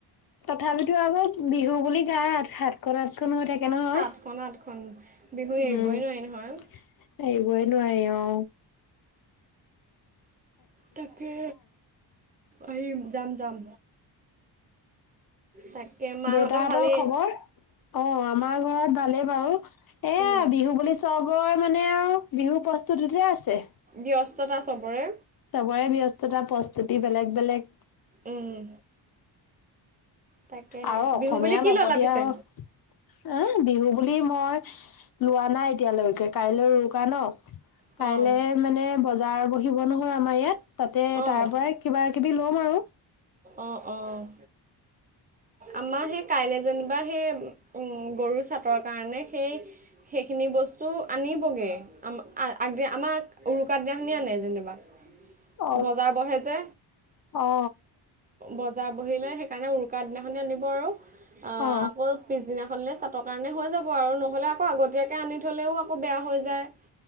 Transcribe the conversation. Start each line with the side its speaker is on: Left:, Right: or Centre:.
Left: তথাপিতো আকৌ বিহু বুলি গা আত সাত। খনন আঠখন হৈ থাকে নহয়,
Right: সাতখন আঠখন বিহু
Left: উম।
Right: এৰিবই নোৱাৰি নহয়
Left: এৰিবা নোৱাৰি অ'।
Right: তাকে, আহিম যাম যাম। তাকে মাহঁতৰ
Left: দেউতাহঁতৰ
Right: ভালেই
Left: খবৰ? অ', আমাৰ ঘৰত ভালেই বাৰু। এয়া
Right: উম
Left: বিহু বুলি চবৰে মানে আৰু বিহু প্ৰস্তুতিতে আছে।
Right: ব্যস্ততা চবৰে।
Left: চবৰে ব্যস্ততা প্ৰস্তুতি বেলেগ বেলেগ।
Right: উম। তাকেহে
Left: আৰু অসমীয়া
Right: বিহু বুলি কি
Left: বাপুতি
Right: ল'লা পিছে
Left: সাহোন আহ বিহু বুলি মই লোৱা নাই এতিয়ালৈকে কাইলৈ উৰুকা ন?
Right: অঁ
Left: কাইলে মানে বজাৰ বহিব নহয় আমাৰ ইয়াত, তাতে
Right: অঁ
Left: তাৰ পৰাই কিবা কিবি ল'ম আৰু।
Right: অ', অ'। আমাৰ সেই কাইলৈ যেনিবা সেই গৰু চাটৰ কাৰণে সেই সেইখিনি বস্তু আনিবগে। আম আ-আগদি আমাক উৰুকা দিনাখনি আনে যেনিবা।
Left: অ
Right: বজাৰ বহে যে।
Left: অ
Right: বজাৰ বহিলে সেইকাৰণে উৰুকাৰ দিনাখনি আনিব আৰু আ,
Left: অ
Right: আকৌ পিছদিনাখন চা তৰ কাৰণে হৈ যাব আৰু নহ'লে আকৌ আগতীয়াকে আনি থ'লেও আকৌ বেয়া হৈ যায়।